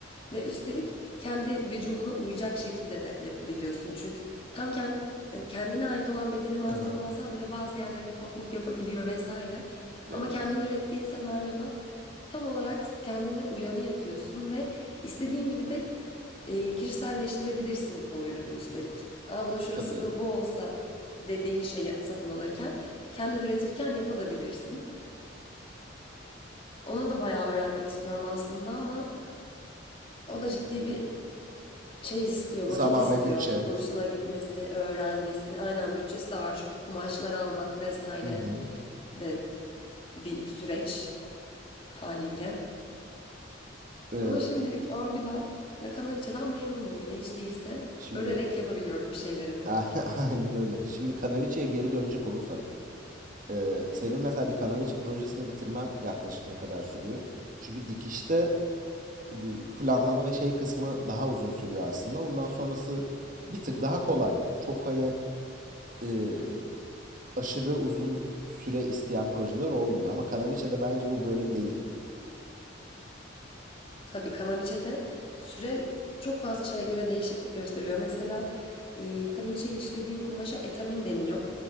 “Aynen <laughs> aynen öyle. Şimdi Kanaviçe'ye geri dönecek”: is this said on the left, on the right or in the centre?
Right